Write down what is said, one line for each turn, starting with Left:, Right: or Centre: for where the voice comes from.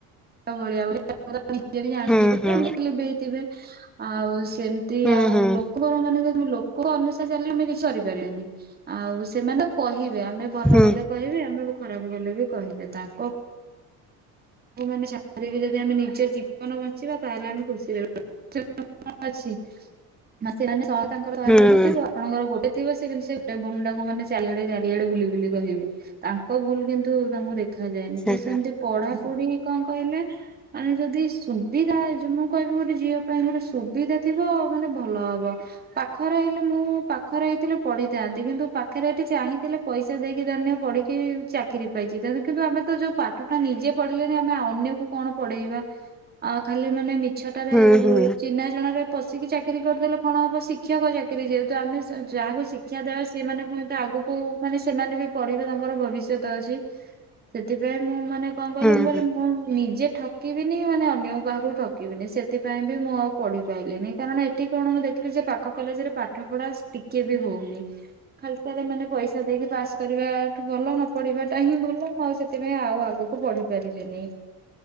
Right: ତ ଭଳିଆ <inaudible> ଆଣିଥିବେ
Centre: ହୁଁ ହୁଁ
Right: ମୁଁ କହିଲି ଆଉ ସେମେ। ତି
Centre: ହୁଁ
Right: ଆଉ
Centre: ହୁଁ
Right: ଲୋକ ର ମାନେ ଲୋକ ଅନୁସାରେ ଚାଲିଲେ ଆମେ କିଛି କରିପାରିବନି ଆଉ ସେମାନେ। କହିବେ ଆମେ ଭଲ
Centre: ହୁଁ
Right: କଲେ କହିବେ ଆମେ ଏବେ ଖରାପ କଲେ ବି କହିବେ ତାଙ୍କ। ଲୋକ ମାନେ ଚାରି ବେ ଯଦି ଆମେ ନିଜେ ଜୀବନ ବଞ୍ଚିବା ତାହେଲେ ଆମେ ଖୁସିରେ <unintelligible> କ'ଣ ଅଛି ମାସି ମାନେ ତାଙ୍କ ଶହେଟା
Centre: ହୁଁ
Right: ବୁଲୁଥିବ। ଆପଣଙ୍କର ଗୋଟ ଥିବ ସେ କିନ୍ତୁ ସେ ଟେବୁଲ ଟାକୁ ମାନେ ଚାରିଆଡ଼େ, ଚାରିଆଡେ ବୁଲି ବୁଲି କହିବେ। ତାଙ୍କ ଭୁଲ କିନ୍ତୁ ତାଙ୍କୁ ଦେଖା ଯାଏନି
Centre: ସେଇଟା
Right: ତ ସେମିତି ପଢାପଢି କ'ଣ କହିଲେ। ମାନେ ଯଦି ସୁବିଧା ହେଇଚି ମୁଁ କହିବି ଗୋଟେ ଝିଅ ପାଇଁ ଗୋଟେ ସୁବିଧା ଥିବ ମାନେ ଭଲ ହବ। ପାଖରେ ହେଲେ ମୁଁ ପାଖରେ ହେଇଥିଲି ପଢେଈଥାନ୍ତି କିନ୍ତୁ ପାଖରେ ଏଠି ଚାହିଁଥିଲେ। ପଇସା ଦେଇକି ଧରିନିଅ ପଢିକି ଚାକିରି ପାଇଛି ତେଣୁ କିନ୍ତୁ ଆମେ ତ ଯୋଉ ପାଠ ଟା ନିଜେ ପଢିଲେ। ନାଇଁ ଆମେ ଅନ୍ୟକୁ କଣ ପଢେଇବା ଆ ଖାଲି ମାନେ ମିଛଟାରେ
Centre: ହୁଁ ହୁଁ
Right: ଚିହ୍ନା ଜଣାରେ। ପଶିକି ଚାକିରି କରିଦେଲେ କ'ଣ ହବ ଶିକ୍ଷକ ଚାକିରି ଯେହେତୁ ଆମେ ସେ ଯାହାକୁ ଶିକ୍ଷା ଦେବା ସେମାନେ ପୁଣି ତ ଆଗୁକୁ। କୁ ମାନେ ସେମାନେ ବି ପଢିବେ ତାଙ୍କର ଭବିଷ୍ୟତ ଅଛି ସେଥିପାଇଁ ମୁଁ ମାନେ।
Centre: ହୁଁ
Right: ତାକୁ କହିଲି
Centre: ହୁଁ
Right: ମୁଁ ନିଜେ ଠ। ଠକିବିନି ମାନେ ଅନ୍ୟ କାହାକୁ ଠକିବିନି ସେଥିପାଇଁ ବି ମୁଁ ଆଉ ପଢିପାଇଲିନି କାରଣ ଏଠି କ'ଣ ମୁଁ ଦେଖିଲି ଯେ ପାଖ କଲେଜରେ ପାଠ ପଢା ଟିକେ ବି ହଉନି। ଖାଲି ଟାରେ ମାନେ ପଇସା ଦେଇକି ପାସ୍ କରିବାଠୁ ଭଲ ନ ପଢିବା ଟା ହିଁ ଭଲ ମୁଁ ଆଉ ସେ। ସେଥିପାଇଁ ଆଉ ଆଗୁକୁ ବଢି ପାରିଲିନି